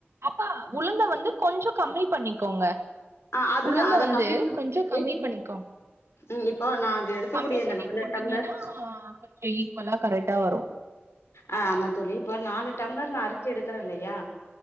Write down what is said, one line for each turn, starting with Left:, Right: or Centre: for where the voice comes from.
Right: அப்பா உளுந்த வந்து கொஞ்சோ கம்மி பண்ணிக்கோங்க
Left: ஆ அதுதா
Right: உளுந்த
Left: அத
Right: வந்து
Left: கம்மி பண்ணி
Right: கொஞ்சோ கம்மி பண்ணிக்கோங்
Left: ம் இப்போ நா அது எடுக்கக்கூடிய
Right: கம்மி
Left: இந்த
Right: பண்ணி
Left: நாலு
Right: போட்டீங்கன்னா
Left: டம்ளர்
Right: கொஞ்சோ ஈக்குவலா கரெட்டா வரு
Left: ஆ ஆமா தோழி இப்ப நாலு டம்ளர் நா அரிசி எடுக்குறே இல்லயா